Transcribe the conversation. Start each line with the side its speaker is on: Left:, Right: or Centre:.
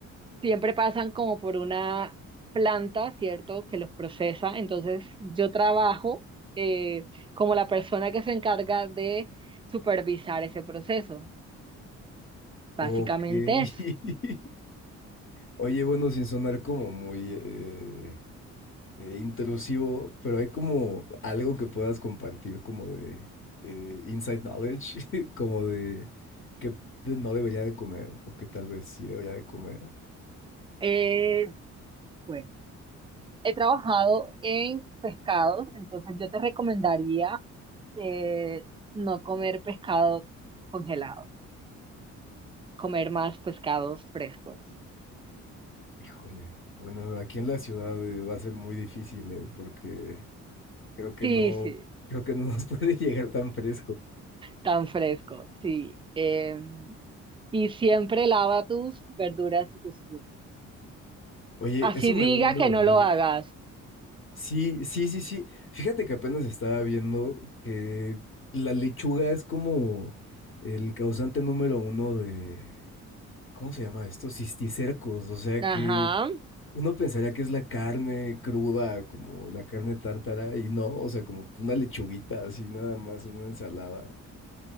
Right: siempre pasan como por una planta, ¿cierto? Que los procesa. Entonces, yo trabajo eh, como la persona que se encarga de supervisar ese proceso. Básicamente
Left: Ok. <laughs>
Right: eso.
Left: Oye, bueno, sin sonar como muy eh, eh, intrusivo, pero hay como algo que puedas compartir como de eh, inside knowledge, <laughs> como de que de- no debería de comer o que tal vez sí debería de comer.
Right: Eh, bueno, he trabajado en pescados, entonces yo te recomendaría eh, no comer pescado congelado, comer más pescados frescos.
Left: Híjole. Bueno, aquí en la ciudad eh, va a ser muy difícil, eh, porque creo que
Right: Sí,
Left: no,
Right: sí,
Left: creo que no nos <laughs> puede llegar tan fresco.
Right: tan fresco, sí. Em, Y siempre lava tus verduras y tus frutas.
Left: Oye,
Right: Así
Left: eso
Right: diga
Left: me da miedo,
Right: que no
Left: ¿eh?
Right: lo hagas.
Left: Sí, sí, sí, sí. Fíjate que apenas estaba viendo que la lechuga es como el causante número uno de, ¿cómo se llama esto? Cisticercos. O sea
Right: Ajá,
Left: que uno pensaría que es la carne cruda, como la carne tártara, y no, o sea, como una lechuguita así nada más en una ensalada.